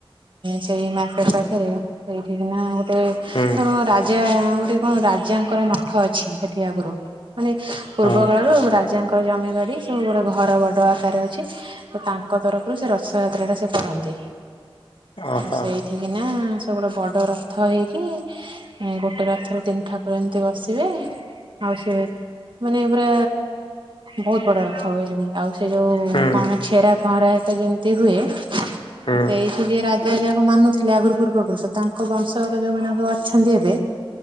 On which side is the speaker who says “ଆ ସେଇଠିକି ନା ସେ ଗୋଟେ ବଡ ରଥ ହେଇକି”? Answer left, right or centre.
Right